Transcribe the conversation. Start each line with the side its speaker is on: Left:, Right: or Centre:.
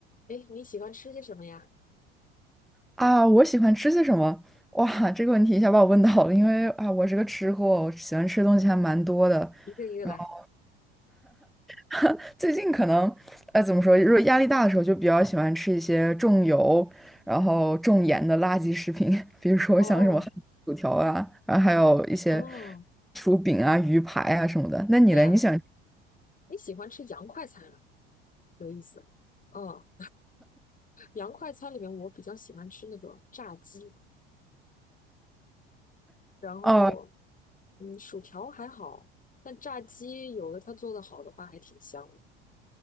Left: 诶，你喜欢吃些什么呀？
Centre: 啊，我喜欢吃些什么？哇，这个问题一下把我问到了，因为啊，我是个吃货，我喜欢吃的东西还蛮多的。
Left: 一个一个来。
Centre: 然后 <laughs> 最近可能，呃，怎么说？如果压力大的时候，就比较喜欢吃一些重油、然后重盐的垃圾食品，<laughs> 比如说像什么汉堡薯条啊，
Left: 哦，
Centre: 然后还有一些
Left: 哦，
Centre: 薯饼啊、鱼排啊什么的。那你嘞？
Left: 哎呀，
Centre: 你喜欢？
Left: 你喜欢吃洋快餐啊，有意思。哦，洋快餐里面我比较喜欢吃那个炸鸡，然后
Centre: 哦，
Left: 嗯，薯条还好，但炸鸡有的它做的好的话还挺香的。